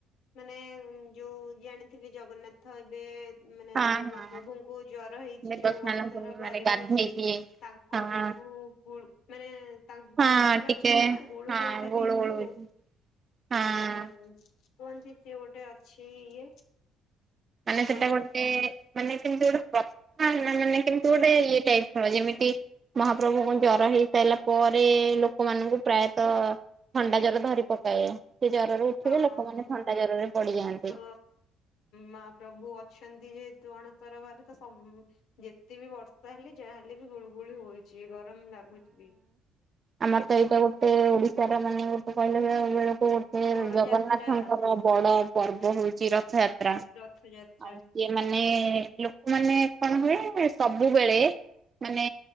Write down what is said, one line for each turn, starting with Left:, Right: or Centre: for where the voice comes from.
Left: ମାନେ ଯୋଉ ଜାଣିଥିବେ ଜଗନ୍ନାଥ ଏବେ ମାନେ
Right: ହଁ ହଁ
Left: ମୋ ପ୍ରଭୁଙ୍କୁ ଜ୍ଵର ହେଇଛି
Right: ଦେବସ୍ନାନ
Left: ଯୋଉ ଅଣସର
Right: ପୂର୍ଣ୍ଣିମାରେ
Left: ଘରେ
Right: ଗାଧେଇକି
Left: ରହିଛନ୍ତି ତାଙ୍କ
Right: ହଁ
Left: ଯୋଗୁ ଗୁଳ ମାନେ ତା
Right: ହଁ
Left: ଗରମରେ
Right: ଟିକେ
Left: ଅଛନ୍ତି ନା ଗୁଳୁ
Right: ହଁ
Left: ଗୋଳି ଟା
Right: ଗୋଳୁ
Left: ବି କି
Right: ଗୋଳୁ
Left: ହ
Right: ହଉଛି ହଁ।
Left: ମାନେ କହନ୍ତି ସଏ ଗୋଟେ ଅଛି ଇଏ
Right: ମାନେ
Left: ତ
Right: ସେଟା ଗୋଟେ ମାନେ କେମତି ଗୋଟେ କଥା ମାନେ କେମତି ଗୋଟେ ଇଏ ଟାଇପ ର ଯେମିତି ମହାପ୍ରଭୁଙ୍କୁ ଜ୍ଜୁର ହେଇସାରିଲା ପରେ ଲୋକମାନଙ୍କୁ ପ୍ରାୟତ ଥଣ୍ଡା ଜ୍ଜୁର ଧରି ପକାଏ ସେ ଜ୍ୱରରେ ଉଠିଲେ
Left: ହଁ
Right: ଲୋକମାନେ
Left: ହଁ
Right: ଥଣ୍ଡା ଜ୍ୱରରେ ପଡିଯାଆନ୍ତି
Left: ତ ମା ପ୍ରଭୁ ଅଛନ୍ତି ଯେହେତୁ ଅଣସର ଘରେ ତ ଯେତେ ବି ବର୍ଷା ହେଲେ ଯାହାହେଲେ ବି ଗୁଳୁ ଗୁଳି ହଉଛି ଗରମ ଲାଗୁଛି
Right: ଆମର ତ ଏଇଟା ଗୋଟେ ଓଡ଼ିଶାର ମାନେ ଗୋଟେ କହିଲା ବେ ବେଳକୁ ଗୋଟେ
Left: ବଡ
Right: ଜଗନ୍ନାଥଙ୍କର
Left: ଯାତ୍ରା
Right: ବଡ ପର୍ବ ହଉଛି ରଥଯାତ୍ରା
Left: ରଥଯାତ୍ରା
Right: ଇଏ ମାନେ ଲୋକମାନେ କଣ ହୁଏ ସବୁବେଳେ ମାନେ